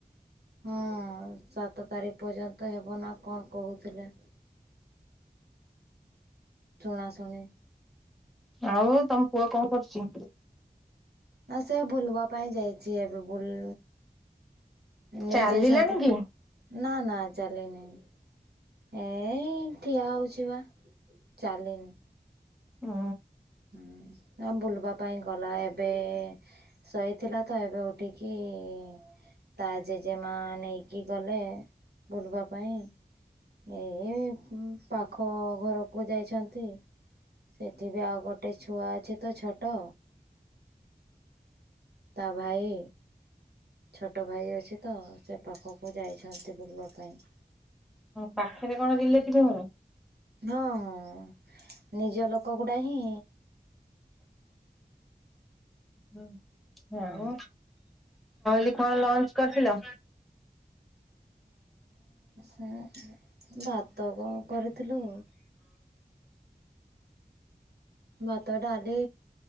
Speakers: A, on the right (about 85°); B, in the centre.
A: ହଁ ସାତ ତାରିଖ ପର୍ଯ୍ୟନ୍ତ ହେବ ନା କଣ କହୁଥିଲେ? ଶୁଣା ଶୁଣି
B: ଆଉ ତମ ପୁଅ କଣ କରୁଛି?
A: ନା ସେ ବୁଲବା ପାଇଁ ଯାଇଛି ଏବେ ବୁଲ ନେଇ
B: ଚାଲିଲାଣି
A: ଯାଇଛନ୍ତି
B: କି?
A: ତ ନା ନା ଚାଲିନି ଏଇ ଠିଆ ହଉଛି ବା ଚାଲିନି।
B: ହୁଁ।
A: ହୁଁ ଆଉ ବୁଲିବା ପାଇଁ ଗଲା ଏବେ ସୋଇଥିଲା ତ ଏବେ ଉଠିକି କି ତା ଜେଜେମା ନେଇକି ଗଲେ ବୁଲବା ପାଇଁ ଏ ପାଖ ଘରକୁ ଯାଇଛନ୍ତି। ସେଠିବି ଆଉ ଗୋଟେ ଛୁଆ ଅଛି ତ ଛୋଟ। ତା ଭାଇ ଛୋଟ ଭାଇ ଅଛି ତ ସେ ପାଖକୁ ଯାଇ ଛନ୍ତି ବୁଲବା ପାଇଁ।
B: ପାଖରେ କଣ ରିଲେଥିବ ଘର।
A: ହଁ ହଁ ନିଜ ଲୋକ ଗୁଡା ହିଁ।
B: ହୁଁ ନାମ।
A: ହଁ।
B: <inaudible> କଣ ଲଞ୍ଚ କରିଥିଲ
A: ଉଁ ହୁଁ ଭାତ କଣ କରିଥିଲୁ। ଭାତ ଡାଲି